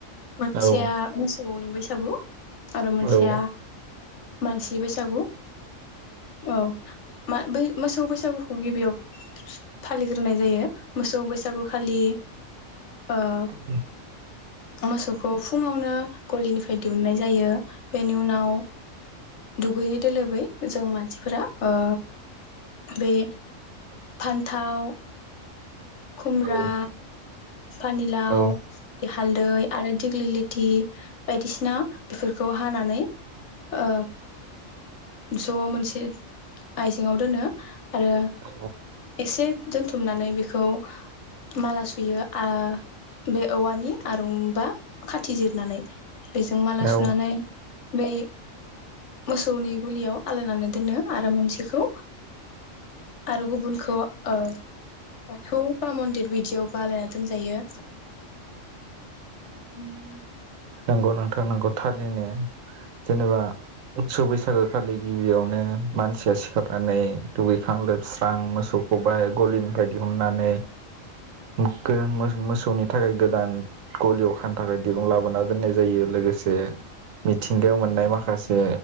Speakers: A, on the left; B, on the right.
A: मानसेया
B: औ
A: मोसौनि बैसा सागु आरो मोनसेया
B: औ
A: मानसि बैसागु औ। मा बै मोसौ बैसागुखौ गिबियाव फालिग्रोनाय जायो। मोसौ बैसागु खालि ओ
B: उम।
A: मोसौखौ फुङावनो गलिनिफ्राय दिहुननाय जायो। बेनि उनाव दुगैयै दोलोबै जों मानसिफोरा ओ बे फान्थाव खुम्ब्रा
B: औ
A: पानिलाव
B: औ
A: बे हालदै आरो दिग्लिलिथि बायदिसिना बेफोरखौ हानानै ओ ज' मोनसे आइजेङाव दोनो। आरो
B: औ
A: एसे दोनथुमनानै बेखौ माला सुयो। आ बे औवानि आरुंबा खाथि जिरनानै। बेजों माला
B: औ
A: सुनानै बै मोसौनि गुलियाव आलायनानै दोनो आरो मोनसेखौ आरो गुबुनखौ ओ बाथौ बा मन्दिर बिदियावबा आलायना दोनजायो। उम
B: नंगौ नोंथां नांगौ थारैनो। जेनेबा उसु बैसागो खालि गिबियावनो मानसिया सिखारनानै दुगैखां लोबस्रां मोस सौखौबो गलिनिफ्राय दिहुननानै मोखो-मोस-मोसौनि थाखाय गोदान ग'लियाव खानो थाखाय दिरुं लाबोना दोननाय जायो लोगोसे म मिथिंगायाव मोननाय माखासे